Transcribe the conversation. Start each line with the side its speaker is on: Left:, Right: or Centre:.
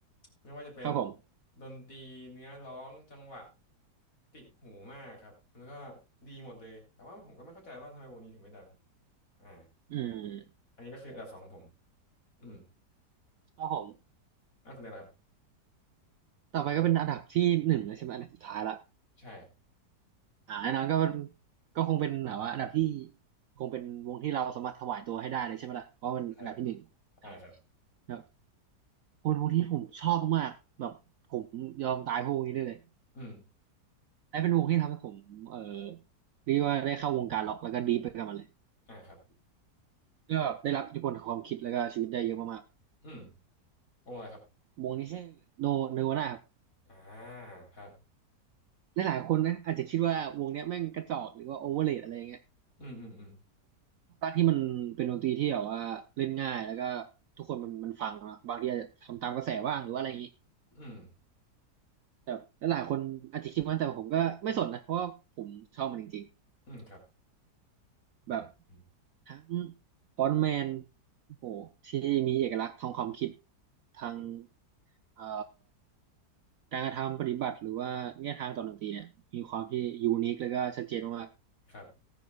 Left: ไม่ว่าจะเป็น
Right: ครับผม
Left: ดนตรีเนื้อร้องจังหวะติดหูมากครับแล้วก็ดีหมดเลยแต่ว่าผมก็ไม่เข้าใจว่าทำไมวงนี้ถึงไม่ดังอ่า
Right: อืม
Left: อันนี้ก็คืออันดับสองของผมอืม
Right: ครับผม
Left: นั่นคนเดียวครับ
Right: ต่อไปก็เป็นอันดับที่หนึ่งแล้วใช่ไหมอันดับสุดท้ายละ
Left: ใช่
Right: อ่าแน่นอนก็ก็คงเป็นแบบว่าอันดับที่คงเป็นวงที่เราสามารถถวายตัวให้ได้เลยใช่ไหมล่ะเพราะมันอันดับที่หนึ่งอะไรอย่างเงี้ยแบบ
Left: ใช่อ่าครับ
Right: คนวงที่ผมชอบมากๆแบบผมยอมตายพวกวงนี้ได้เลย
Left: อืม
Right: ไอ้เป็นวงที่ทำให้ผมเออเรียกว่าได้เข้าวงการล็อกแล้วก็ดีไปกับมันเลย
Left: อ่าครับ
Right: ก็ได้รับอิทธิพลของความคิดแล้วก็ชีวิตได้เยอะมาก
Left: อืม วงอะไรครับ
Right: ๆวงนี้ชื่อโนเนวาน่าครับ
Left: อ่าครับ
Right: หลายๆคนนะอาจจะคิดว่าวงเนี้ยแม่งกระจอกหรือว่าโอเวอร์เรทอะไรอย่างเงี้ย
Left: อืมอืมอืม
Right: ภาคที่มันเป็นดนตรีที่แบบว่าเล่นง่ายแล้วก็ทุกคนมันมันฟังเนอะบางทีอาจจะทำตามกระแสบ้างหรือว่าอะไรอย่างนี้
Left: อืม
Right: แต่หลายๆคนอาจจะคิดว่าแต่ผมก็ไม่สนนะเพราะว่าผมชอบมันจริง
Left: อืมครับ
Right: ๆแบบ
Left: อืมอืม
Right: ทั้งฟอนต์แมนโอ้โหที่มีเอกลักษณ์ทางความคิดทาง
Left: อืม
Right: เอ่อการกระทำปฏิบัติหรือว่าแนวทางต่อดนตรีเนี่ยมีความที่ยูนิคแล้วก็ชัดเจนมาก
Left: ครับ